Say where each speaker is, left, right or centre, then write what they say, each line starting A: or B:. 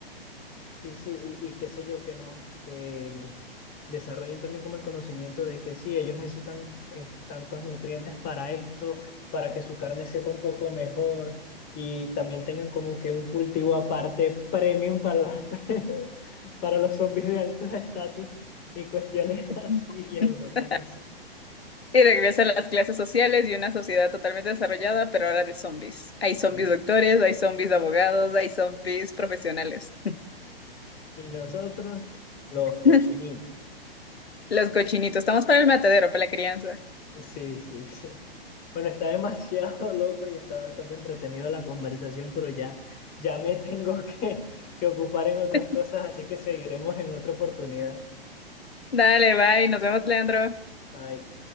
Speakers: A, on the left; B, on the left.
A: Sí, sí, y, y qué sé yo, que no, que desarrollen también como el conocimiento de que sí, ellos necesitan eh, tantos nutrientes para esto, para que su carne sepa un poco mejor y también tengan como que un cultivo aparte premium para, los- <laughs> para los zombies de alto estatus y cuestiones
B: <laughs>
A: <laughs> así bien locas, no sé.
B: Y regresa a las clases sociales y una sociedad totalmente desarrollada, pero ahora de zombies. Hay
A: Sí.
B: zombies doctores, hay zombies abogados, hay zombies profesionales.
A: Y nosotros, los cochinitos.
B: <laughs> Los cochinitos, estamos para el matadero, para la crianza.
A: Sí, sí, sí. Bueno, está demasiado <laughs> loco y está bastante entretenido la conversación, pero ya, ya me <laughs> tengo que, que ocupar en
B: <laughs>
A: otras cosas, así que seguiremos en otra oportunidad.
B: Dale, bye, nos vemos, Leandro.
A: Bye.